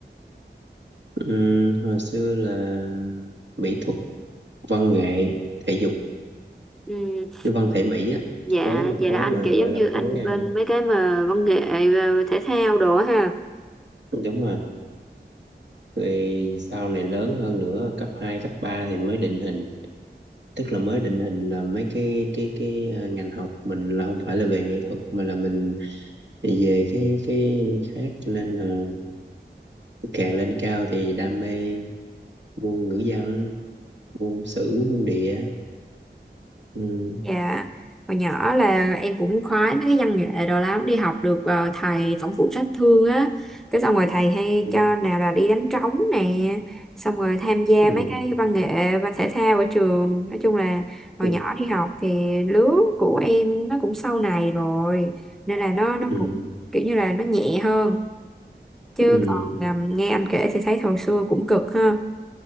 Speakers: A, on the right (about 75°); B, in the centre.
A: Ừm, hồi xưa là mỹ thuật văn nghệ thể dục
B: ừ.
A: cái văn thể mỹ á
B: dạ
A: khối mà
B: vậy
A: khối
B: là anh
A: mà
B: kiểu giống
A: gọi là
B: như
A: khối
B: anh
A: à,
B: bên mấy cái mà văn nghệ ờ, thể thao đồ á ha
A: đúng rồi rồi sau này lớn hơn nữa cấp 2 cấp 3 thì mới định hình tức là mới định hình là mấy cái cái cái à, ngành học mình là không phải là về nghệ thuật mà là mình về cái cái khác cho nên là càng lên cao thì đam mê môn ngữ văn môn sử môn địa ừ.
B: Dạ, hồi nhỏ là em cũng khoái mấy cái văn nghệ đồ lắm, đi học được ờ, thầy tổng phụ trách thương á, cái xong rồi thầy hay
A: Ừ.
B: cho nào là đi đánh trống nè, xong rồi tham gia
A: Ừ.
B: mấy cái văn nghệ và thể thao ở trường, nói chung là hồi
A: Ừ.
B: nhỏ đi học thì lứa của em nó cũng sau này rồi, nên là nó nó
A: Ừ.
B: cũng kiểu như là nó nhẹ hơn, chứ
A: Ừ.
B: còn ờ, nghe anh kể thì thấy hồi xưa cũng cực ha.